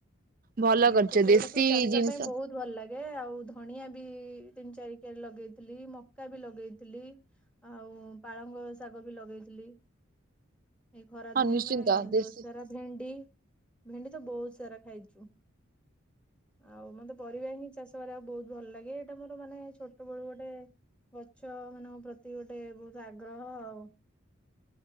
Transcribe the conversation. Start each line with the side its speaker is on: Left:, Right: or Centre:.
Right: ଭଲ
Centre: ଆଉ
Right: କରିଛ
Centre: ମତେ ସେଇଗୁଡା
Right: ଦେଶୀ
Centre: ସବୁ ଚାଷ
Right: ଜିନିଷ
Centre: ପାଇଁ ବହୁତ ଭଲ ଲାଗେ। ଆଉ ଧଣିଆ ବି ତିନି ଚାରିିକିଆର ଲଗେଇଥିଲି, ମକା ବି ଲଗେଇଥିଲି। ଆଉ ପାଳଙ୍ଗ ଶାଗ ବି ଲଗେଇଥିଲି। ଏଇ ଖରା
Right: ହଁ
Centre: ଦିନେ
Right: ନିଶ୍ଚିନ୍ତ
Centre: ଆମେ
Right: ଦେଶୀ
Centre: ଦୋସାରା ଭେଣ୍ଡି ଭେଣ୍ଡି ତ ବହୁତ ସାରା ଖାଇଛୁ। ଆଉ ମତେ ପରିବା ହିଁ ଚାଷ କରିବା ଆଉ ବହୁତ ଭଲ ଲାଗେ। ଏଇଟା ମୋର ମାନେ ଛୋଟ ବେଳୁ ଗୋଟେ ଗଛ ମାନଙ୍କ ପ୍ରତି ଗୋଟେ ବହୁତ ଆଗ୍ରହ ଆଉ।